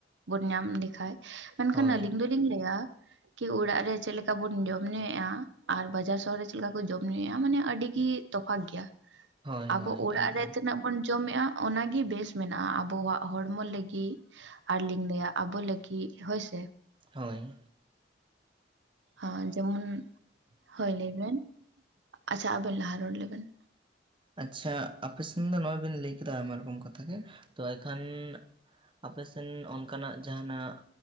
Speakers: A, on the right; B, on the right.
A: ᱵᱚᱱ ᱧᱟᱢ ᱞᱮᱠᱷᱟᱡ ᱾ ᱢᱮᱱᱠᱷᱟᱱ
B: ᱦᱳᱭ
A: ᱟᱹᱞᱤᱧ ᱫᱚ ᱞᱤᱧ ᱞᱟᱹᱭᱟ ᱾ ᱠᱤ ᱚᱲᱟᱜ ᱨᱮ ᱪᱮᱫ ᱞᱮᱠᱟ ᱵᱚᱱ ᱡᱚᱢ ᱧᱩᱭᱮᱫᱼᱟ ᱟᱨ ᱵᱟᱡᱟᱨ ᱥᱚᱦᱚᱨ ᱨᱮ ᱪᱮᱫ ᱞᱮᱠᱟ ᱠᱚ ᱡᱚᱢ ᱧᱩᱭᱮᱫᱼᱟ ᱢᱟᱱᱮ ᱟᱹᱰᱤᱜᱤ ᱛᱚᱯᱷᱟᱛ ᱜᱮᱭᱟ᱾
B: <inaudible> ᱦᱳᱭ
A: ᱟᱵᱚ ᱚᱲᱟᱜ
B: ᱮᱠᱫᱚᱢ
A: ᱨᱮ ᱛᱤᱱᱟᱹᱜ ᱵᱚᱱ ᱡᱚᱢᱮᱫᱼᱟ ᱚᱱᱟᱜᱤ ᱵᱮᱥ ᱢᱮᱱᱟᱜᱼᱟ ᱟᱵᱚᱣᱟᱜ ᱦᱚᱲᱢᱚ ᱞᱟᱹᱜᱤᱫ ᱟᱨ ᱞᱤᱧ ᱞᱟᱭᱟ ᱟᱵᱚ ᱞᱟᱹᱜᱤᱫ ᱦᱳᱭ ᱥᱮ ᱾
B: ᱦᱳᱭ ᱾
A: <inaudible> ᱡᱮᱢᱚᱱ ᱦᱳᱭ ᱞᱟᱹᱭ ᱵᱮᱱ ᱟᱪᱪᱷᱟ ᱟᱵᱮᱱ ᱞᱟᱦᱟ ᱨᱚᱲ ᱞᱮᱵᱮᱱ ᱾
B: ᱟᱪᱪᱷᱟ ᱟᱯᱮ ᱥᱮᱱ ᱫᱚ ᱱᱚᱜᱼᱚᱭ ᱵᱮᱱ ᱞᱟᱹᱭ ᱠᱮᱫᱟ ᱟᱭᱢᱟ ᱨᱚᱠᱚᱢ ᱠᱟᱛᱷᱟ ᱜᱮ ᱛᱚ ᱮᱱᱠᱷᱟᱱ ᱟᱯᱮ ᱥᱮᱱ ᱚᱱᱠᱟᱱᱟᱜ ᱡᱟᱦᱟᱱᱟᱜ